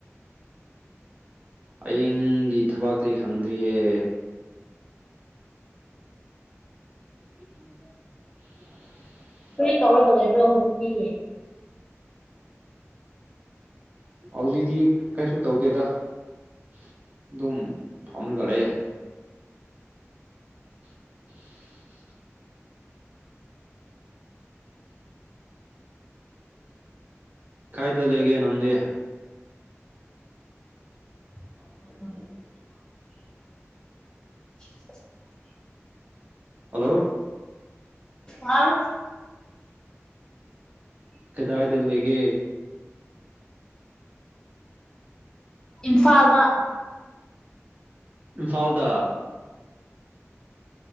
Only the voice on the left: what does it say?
ꯀꯔꯤ ꯇꯧꯔꯒ ꯂꯩꯕ꯭ꯔꯣ ꯍꯧꯖꯤꯛꯇꯤ
<unintelligible>
ꯍꯥꯎ
ꯏꯝꯐꯥꯜꯗ